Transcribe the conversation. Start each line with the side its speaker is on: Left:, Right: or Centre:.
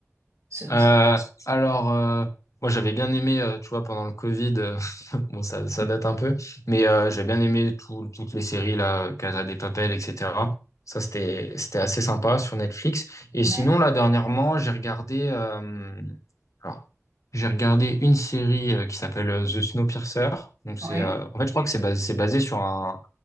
Right: Sur-
Left: Euh,
Right: sur-
Left: alors, euh, moi j'avais bien aimé, euh, tu vois, pendant le Covid, euh, <laughs> bon ça, ça date un peu, mais euh, j'avais bien aimé tout- toutes les séries là, Casa des Papel, etc. Ça c'était c'était assez sympa sur Netflix. Et
Right: Ouais,
Left: sinon là dernièrement j'ai regardé, euh, alors j'ai regardé une série euh, qui s'appelle euh, The Snowpiercer. Donc
Right: ouais.
Left: c'est, euh, en fait je crois que c'est basé, c'est basé sur un,